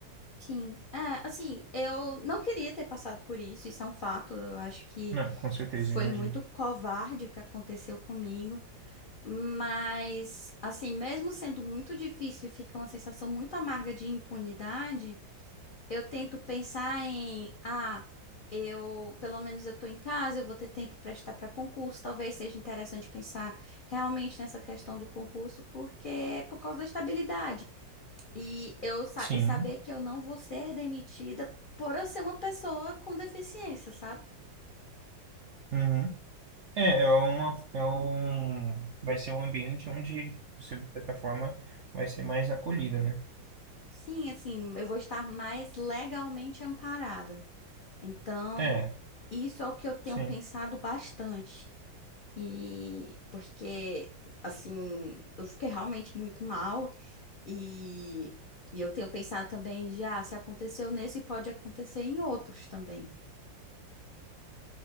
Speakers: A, on the left (about 85°); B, on the right (about 65°).
A: Sim, é, assim, eu não queria ter passado por isso, isso é um fato. Eu acho que
B: Não, com certeza,
A: foi
B: eu imagino.
A: muito covarde o que aconteceu comigo, mas, assim, mesmo sendo muito difícil e fica uma sensação muito amarga de impunidade, eu tento pensar em, ah, eu, pelo menos eu tô em casa, eu vou ter tempo para estudar para concurso, talvez seja interessante pensar realmente nessa questão do concurso, porque é por causa da estabilidade. E eu sa-
B: Sim.
A: e saber que eu não vou ser demitida por eu ser uma pessoa com deficiência, sabe?
B: uhum. É, é uma, é um, vai ser um ambiente onde você, de certa forma, vai ser mais acolhida, né?
A: Sim, assim, eu vou estar mais legalmente amparada. Então,
B: É,
A: isso é o que eu tenho
B: sim.
A: pensado bastante. E porque, assim, eu fiquei realmente muito mal. E, e eu tenho pensado também, já, se aconteceu nesse, pode acontecer em outros também.